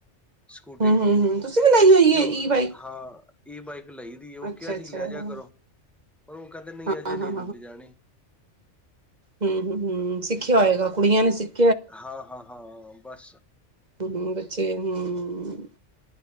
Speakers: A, in the centre; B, on the right.
A: ਸਕੂਟੀ,
B: ਹੂੰ ਹੂੰ ਹੂੰ ਤੁਸੀਂ ਵੀ ਲਈ ਹੋਈ
A: ਤੇ
B: ਹੈ
A: ਓਹ,
B: ਈ ਬਾਈਕ
A: ਹਾਂ। ਈ ਬਾਈਕ ਲਈ ਦੀ, ਉਹ
B: ਅੱਛਾ
A: ਕਿਹਾ
B: ਅੱਛਾ
A: ਸੀ ਲੈ ਜਾ
B: ਹਾਂ
A: ਕਰੋ। ਪਰ ਉਹ ਕਹਿੰਦੇ ਨਹੀਂ
B: ਹਾਂ
A: ਅਜੇ ਨਹੀਂ
B: ਹਾਂ
A: ਲਿਜਾਣੀ।
B: ਹੰ- ਹੰ- ਹੰ, ਸਿੱਖਿਆ ਹੋਏਗਾ, ਕੁੜੀਆਂ ਨੇ ਸਿਖ
A: ਹਾਂ-ਹਾਂ-ਹਾਂ, ਬੱਸ
B: ਹੰ ਬੱਚੇ, ਹੰ